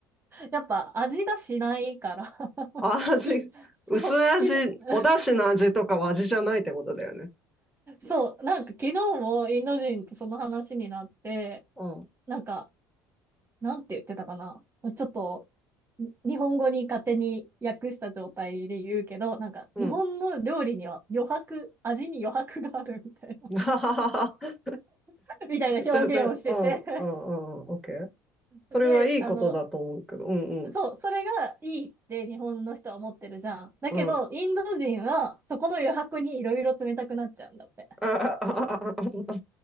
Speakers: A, on the right; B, in the centre.
A: やっぱ味がしないから <laughs>
B: 味、
A: に、そう、
B: 薄味、
A: きの、<laughs>
B: お出汁の味とかは味じゃないってことだよね。
A: そう、そう、なんか昨日もインド人とその話になって、
B: うん。
A: なんか、なんて言ってたかな。ちょっと、に日本語に勝手に訳した状態で言うけど、なんか日本の料理には余白、
B: うん。
A: 味に余白があるみたいな、
B: <laughs> はははは。
A: <laughs> みたいな表現をしてて
B: ちょっと、うん、うん、うん、うんオッケー。
A: で、
B: それはいいことだと思うけど。
A: あの、
B: うん、うん、
A: そう、それがいいって日本の人は思ってるじゃん。だけど、
B: うん。
A: インド人はそこの余白にいろいろ冷たくなっちゃうんだって。
B: あああああ